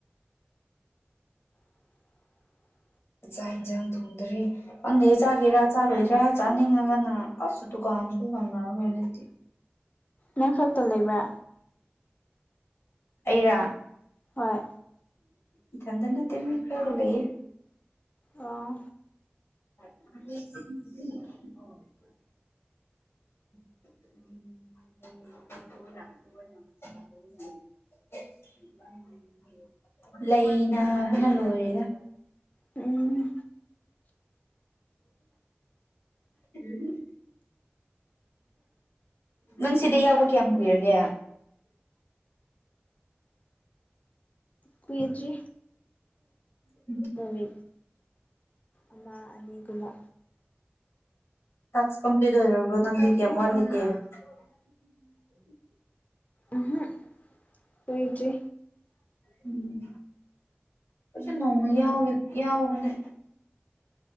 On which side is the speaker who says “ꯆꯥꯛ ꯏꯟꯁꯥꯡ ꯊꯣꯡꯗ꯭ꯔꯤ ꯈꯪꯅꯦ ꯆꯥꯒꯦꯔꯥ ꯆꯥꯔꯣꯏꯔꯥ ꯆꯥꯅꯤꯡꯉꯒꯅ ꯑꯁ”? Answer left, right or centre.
Left